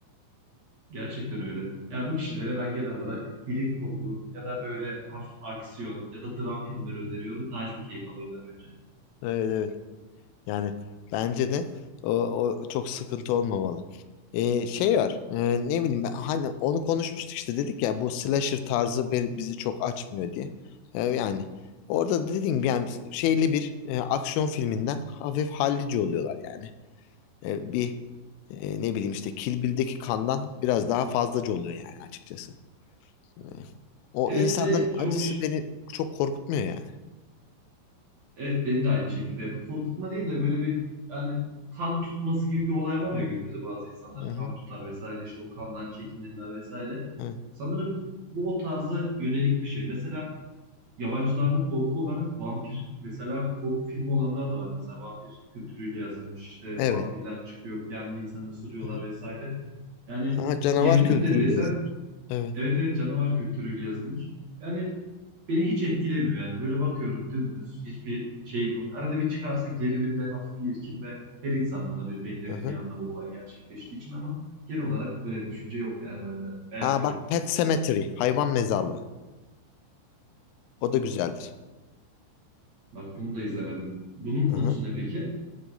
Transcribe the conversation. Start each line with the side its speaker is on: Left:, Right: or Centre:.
Right: Gerçekten öyle. Ya bu kişilere ben genel olarak bilim kurgu ya da böyle hafif aksiyon ya da dram filmleri öneriyorum. Daha çok keyif alıyorlar bence.
Left: Evet evet. Yani bence de o, o çok sıkıntı olmamalı. Ee, şey var e, ne bileyim ben, hani onu konuşmuştuk işte dedik ya bu slasher tarzı be- bizi çok açmıyor diye. Ee, yani orada dediğim gibi yani şeyli bir e, aksiyon filminden hafif hallici oluyorlar yani. Ee, bir e, ne bileyim işte Kill Bill'deki kandan biraz daha fazlaca oluyor yani açıkçası. Ee, o
Right: Evet
Left: insanların
Right: ve çok
Left: acısı beni çok korkutmuyor yani.
Right: evet beni de aynı şekilde bu korkutma değil de böyle bir yani kan tutması gibi bir olay var ya günümüzde bazı insanlar
Left: Hı hı.
Right: kan tutar vesaire işte o kandan çekinirler vesaire.
Left: Evet.
Right: Sanırım bu o tarza yönelik bir şey. Mesela yabancılarda korku olarak vampir mesela korku filmi olanlar da var. Mesela vampir kültürüyle yazılmış işte
Left: Evet.
Right: vampirler çıkıyor bir anda insanı ısırıyorlar
Left: Hı hı.
Right: vesaire. Yani
Left: Ha, canavar
Right: gerilim
Left: kültürüyle
Right: de desen
Left: yazılmış. Evet.
Right: evet evet canavar kültürüyle yazılmış. Yani beni hiç etkilemiyor yani. Böyle bakıyorum dümdüz hiçbir şeyim yok. Arada bir çıkarsa gerilimde hafif bir irkilme her insanda olabilir beklemediği
Left: Hı hı.
Right: anda bu olay gerçekleştiği için ama genel olarak böyle bir düşünce yok yani ben de beğenmiyorum.
Left: Ha bak Pet Sematary. Hayvan mezarlığı. O da güzeldir.
Right: Bak bunu da izlemedim. Bunun konusu
Left: Hı hı.
Right: ne peki?